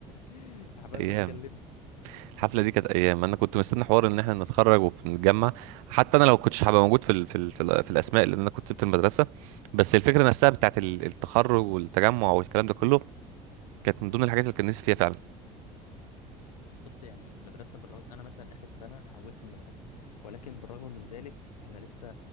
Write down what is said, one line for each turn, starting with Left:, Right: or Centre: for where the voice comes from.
Left: <laughs> عبال
Right: ايام
Left: ما اتكلمت
Right: الحفله دي كانت ايام انا كنت مستني حوار ان احنا نتخرج ونتجمع حتى انا لو كنتش هبقى موجود في ال... في ال... في ال- في الاسماء لان انا كنت سبت المدرسه بس الفكره نفسها بتاعت ال- التخرج والتجمع والكلام ده كله كانت من ضمن الحاجات اللي كان نفسي فيها فعلا
Left: بص يعني المدرسة بالرغم أنا مثلا آخر سنة حولت المدرسة ولكن بالرغم من ذلك إحنا لسه